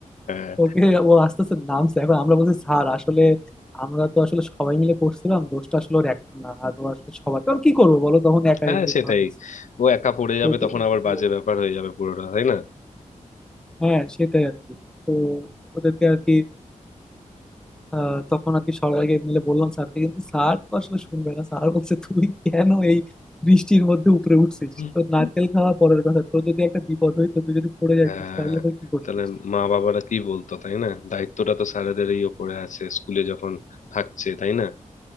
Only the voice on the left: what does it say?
হ্যাঁ
হ্যাঁ সেটাই
ও একা পড়ে
যাবে
তখন আবার
বাজে ব্যাপার হয়ে যাবে পুরোটা তাই না
না
হ্যাঁ
তাহলে মা বাবারা কি বলতো তাই না দায়িত্বটা তো স্যারেদেরই ওপরে আছে স্কুলে যখন থাকছে তাই না